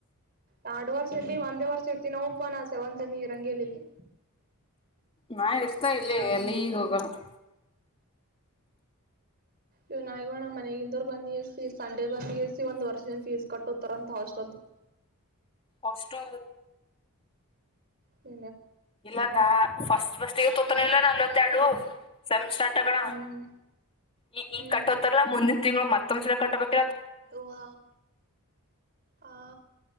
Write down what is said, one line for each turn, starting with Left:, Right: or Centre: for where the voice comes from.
Right: ನಾಡು ವರ್ಷ ಇಲ್ಲಿ ಒಂದೇ ವರ್ಷ ಇತಿ ನಾಪ್ಪ ನಾ ಸೆವಂತತ್ಮ್ಮಿ ಇರಂಗೇಲಿ ಇಲ್ಲಿ
Left: ನಾ ಆತಾ ಇಲ್ಲೇ
Right: ನಾವ್
Left: ಎಲ್ಲಿ ಈಗ ಹೋಗಲ್ಲ <inaudible>
Right: ಇವ್ ನಾಯ್ಗೋ ನಮ್ಮ್ ಮನೆಗಿಂದರ್ ಬಂದ್ ಇ ಸಂಡೆ ಬಂದ್ ಸಿ ಒಂದ್ ವರ್ಷದನ್ ಫೀಸ್ ಕಟ್ಟುತಾರಂತ ಹಾಸ್ಟೆಲ್ದು
Left: ಅಷ್ಟು
Right: ಇ
Left: ಇಲ್ಲಗ ಫಸ್ಟ್ ಫಸ್ಟ್ ಇ ತೋತಾನ ಇಲ್ಲ ನಲ್ವತ್ತೆರಡು ಸಂ ಸ್ಟಾರ್ಟ್ ಆಗಣ
Right: ಹ್ಮ್
Left: ಈ ಈ
Right: ಹ್ಮ್
Left: ಕಟ್ಟೋತಾರಲ್ಲ ಮುಂದಿನ ತಿಂಗಳು ಮತ್ತ ತು್ ಸ ಕಟ್ಟಬೇಕ
Right: ಓ ಹಾ ಹಾ